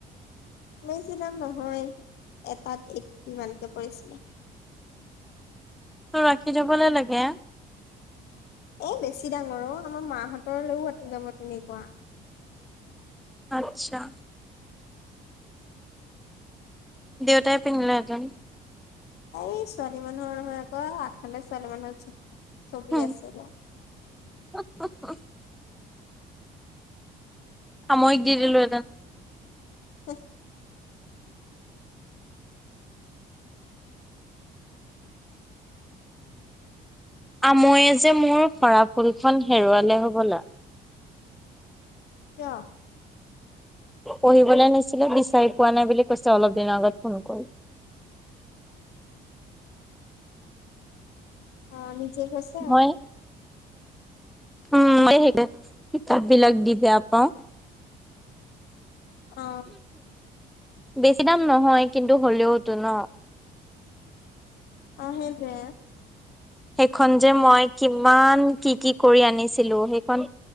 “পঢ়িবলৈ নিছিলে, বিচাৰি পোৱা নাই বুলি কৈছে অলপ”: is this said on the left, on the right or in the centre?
Centre